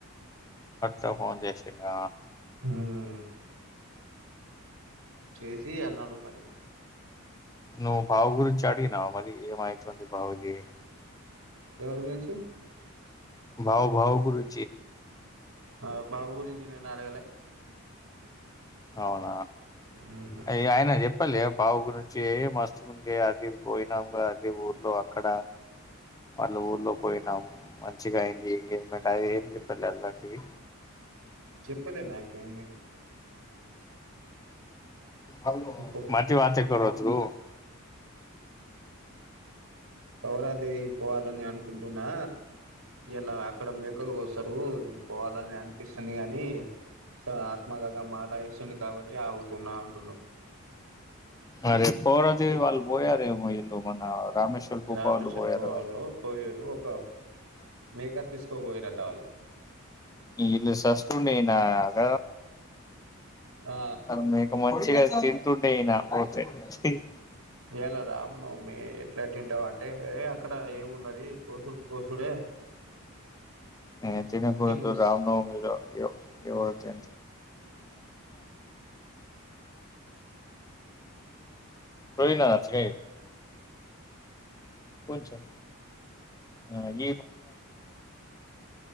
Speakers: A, on the left; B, on the right.
A: అట్లా ఫోన్ చేసిండా
B: మ్మ్ చేస్ ంది అన్నాడు మరి
A: నువ్వు బావ గురించి అడిగినవా మరి ఏమవుతుంది బావకి అని
B: ఎవరి గురించి
A: బావ బావ గురించి
B: ఆ బావ గురించి నేను అడగలే
A: అవునా
B: మ్మ్
A: అయ్య ఆయన చెప్పాలి బావు గురించి ఏ మస్తు ఉందిే అది పోయినాం అదే ఊర్లో అక్కడ వాళ్ళ ఊర్లో పోయినాం మంచిగా అయింది ఎంగేజ్మెంట్ అది ఏమి చెప్పలేలాంటిది
B: చెప్పలే నాకేమి
A: హుమ్
B: ఇప్పు
A: మాటి వాతే కరో బ్రో
B: పవరాది పోవాలని అనుకుంటుండా ఇలా అక్కడ మేకలుకొస్తారు పోవాలని అనిపిస్తుంది గాని సర్ ఆత్మగాగా మాలా వస్తుంది కాబట్టి ఆ ఉన్నా అంటున్నావ్
A: అరే పోరాది వాళ్ళ పోయ రేమో ఇంద మన రామేశ్వర్ కుప్ప
B: రామేశ్వర
A: వాళ్ళు పోయారు
B: పోవాలో పోయారు ఒక మేక తీసుకోపోయారుట వాళ్ళు
A: ఇలు సస్తూ ననా అగ
B: ఆ
A: అది మీకు మంచిగా తింటుండే అయినా పోతే తియ్
B: ఇయలా రామ్ నవమి ఎట్లా తింటవు ఆ అంటే అక్కడ ఏముండది కోసుుడు కోశుడే
A: నే తినెపొద్దు
B: మిస్
A: రామ్నవమి ఎవరు తి పోయినా అచ్చగా కొంచెం ఉమ్